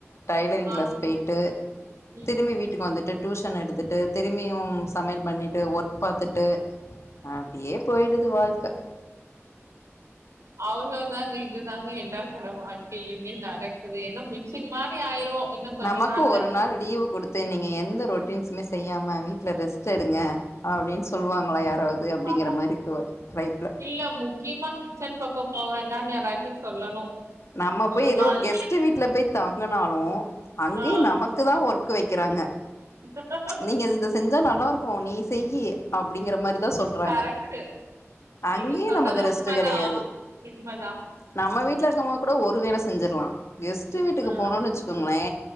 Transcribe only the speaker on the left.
டைலரிங்
கிளாஸ் போய்ட்டு
திரும்பி வீட்டுக்கு வந்துட்டு டியூஷன் எடுத்துட்டு திரும்பியு சமையல் பண்ணிட்டு ஒர்க் பாத்துட்டு அப்டியே போயிடுது வாழ்க்க
நமக்கு
ஒரு நாள் லீவு குடுத்து நீங்க எந்த ரொட்டின்ஸுமே செய்யாம வீட்ல ரெஸ்ட் எடுங்க அப்டின் சொல்வாங்களா யாராவது அப்டிங்கிற
மாரிக்கு லைஃப்ல
நம்ம போய்
ஏதோ
கெஸ்ட் வீட்ல போய் தங்குனாலு அங்கயு
நமக்குதா ஒர்க்கு வைக்கிறாங்க
நீங்க இதத செஞ்சா நல்லாருக்கு நீ செய்யி அப்டிங்குற மாரிதா சொல்றாங்க
அங்கேயு
நமக்கு ரெஸ்ட்
கெடையாது
நம்ம வீட்ல இருக்கம்போது கூட ஒரு வேல செஞ்சிர்லா கெஸ்ட் வீட்டுக்கு
போனோன் வெச்சுக் குங்ளே